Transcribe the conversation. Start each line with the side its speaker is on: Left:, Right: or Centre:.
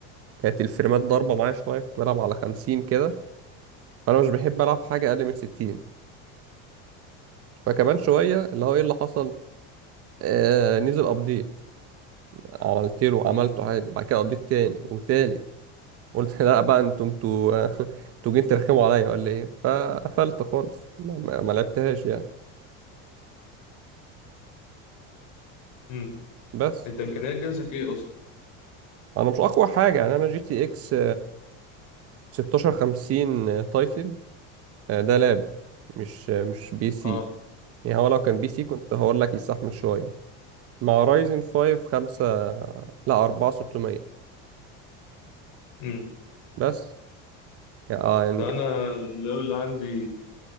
Right: كانت الفريمات ضاربه معايا شويه كنت بلعب على 50 كده فانا مش بحب العب حاجه اقل من 60 فكمان شويه اللي هو ايه اللي حصل آه نزل ابديت عملت له عملته
Left: امم
Right: عادي بعد كده ابديت تاني وتالت قلت لا بقى انتوا انتوا <laughs> انتوا جايين ترخموا عليا ولا ايه فقفلت خالص ما, ما ما لعبتهاش يعني
Left: امم
Right: بس
Left: انت امكانيات جهازك ايه اصلا
Right: انا مش اقوى حاجه يعني انا جي تي اكس 1650 تايتن آه، ده لاب مش آه، مش بي سي
Left: اه
Right: يعني هو لو كان بي سي كنت هقول لك يستحمل شويه مع رايزن 5 5 لا 4 600
Left: امم
Right: بس يعني
Left: لا انا اللي عندي